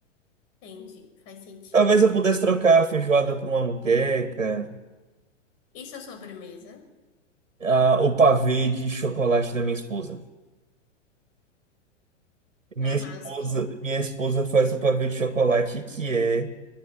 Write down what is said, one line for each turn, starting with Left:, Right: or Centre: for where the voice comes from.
Left: Entendi, faz sentido.
Right: Talvez eu pudesse trocar a feijoada por uma muqueca,
Left: Isso é sobremesa?
Right: a- o pavê de chocolate da minha esposa. Minha
Left: Arrasou.
Right: esposa, minha esposa faz um pavê de chocolate que é